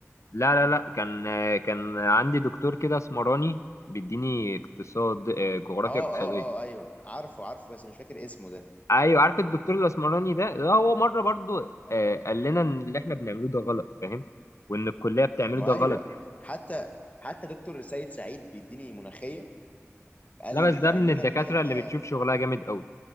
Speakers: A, on the left (about 65°); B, on the left (about 30°).
A: لا لا لا كان آه، كان عندي دكتور كده اسمراني بيديني اقتصاد آه، جغرافيا
B: اه
A: اقتصادية
B: اه اه ايوه عارفه عارفه بس مش فاكر اسمه ده
A: ايوه عارف الدكتور الاسمراني ده ده هو مرة برضو
B: ايوه
A: آه، قال لنا ان اللي احنا بنعمله ده غلط فاهم وان الكلية بتعمله
B: ما
A: ده غلط
B: ايوه حتى حتى دكتور سيد سعيد بيديني مناخيه قال
A: لا بس ده
B: قال
A: من
B: لنا
A: الدكاترة
B: ان احنا
A: اللي بتشوف شغلها جامد قوي